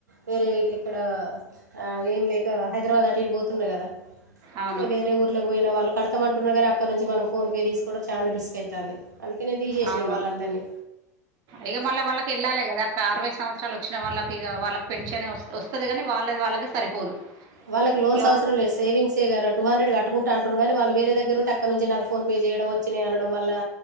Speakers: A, on the right (about 85°); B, on the right (about 45°).
A: వేరే ఎక్కడా ఆ ఏం లేక హైదరాబాద్ అటు ఇటు పో తుంరు గదా
B: అవును
A: ఇగ వేరే ఊర్లక్ పోయిన వాళ్ళు కడ్తమంటున్నరు అక్కడ్ నుంచి మనం ఫోన్ పే తీస్ కూడా చాలా రిస్క్ అయితాంది. అందుకే నేన్ తీసేసిన
B: అవును
A: ఇగ వాళ్ళందర్నీ
B: ఇగ మళ్ళ వాళ్ళక్ ఎళ్ళాలె గదా అక్కా అరవై సంవత్సరాల్ వచ్చిన వాళ్ళక్ ఇగ వాళ్ళక్ పెన్షనే వస్ వస్తది గని వాళ్ళది వాళ్ళకే సరిపోదు.
A: వాళ్ళక్ లోన్స్
B: ఇగ వాళ్ళ
A: అవసరంలే సేవింగ్సే ఇగ టూ హండ్రెడ్ కట్టుకుంట అంటుంరు గనీ వాళ్ళు వేరే దగ్గరుంటే అక్కడ్ నుంచి నాక్ ఫోన్ పే చేయడం వచ్చినయి అనడం మళ్ళా